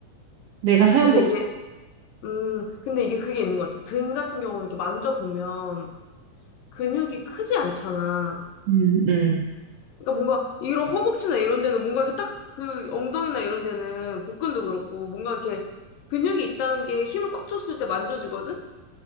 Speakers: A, on the right; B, on the left.
A: 내가 사용법.
B: 근데 이게, 음, 근데 이게 그게 있는 것 같아. 등 같은 경우는 이렇게 만져보면 근육이 크지 않잖아.
A: 음, 음,
B: 그러니까 뭔가 이런 허벅지나 이런 데는 뭔가 이렇게 딱 그 엉덩이나 이런 데는 복근도 그렇고 뭔가 이렇게 근육이 있다는 게 힘을 꽉 줬을 때 만져지거든?